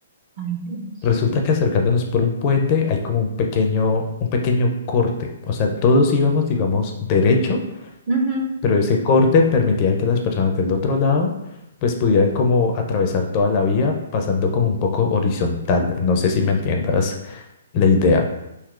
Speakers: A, on the right (about 35°); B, on the left (about 35°).
A: Ay, Dios.
B: Resulta que acercándonos por un puente hay como un pequeño, un pequeño corte. O sea, todos íbamos, digamos, derecho,
A: Ujú.
B: pero ese corte permitía que las personas del otro lado pues pudieran como atravesar toda la vía pasando como un poco horizontal. No sé si me entiendas la idea.